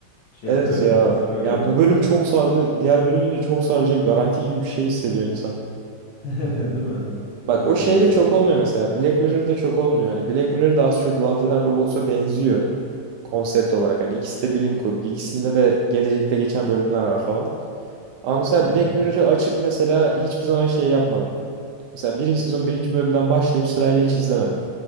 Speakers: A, on the left (about 60°); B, on the right (about 70°).
A: şey
B: Evet
A: yapıyor ya
B: ya.
A: çok sarıyor gerçekten.
B: Yani bu bölüm çok sardı. Diğer bölümün de çok saracağı garanti gibi bir şey hissediyor insan.
A: <laughs> Değil mi? Oluyor
B: Bak o şey
A: öyle gerçekten.
B: de çok olmuyor mesela. Black Mirror'da çok olmuyor. Hani Black Mirror da az çok Love, Death and Robots'a benziyor. Konsept olarak hani ikisi de bilim kurgu. İkisinde de gelecekte geçen bölümler var falan. Ama mesela
A: Hı hı.
B: Black Mirror'ı açıp mesela hiçbir zaman şey yapmadım. Mesela birinci sezon birinci bölümden başlayıp sırayla hiç izlemedim.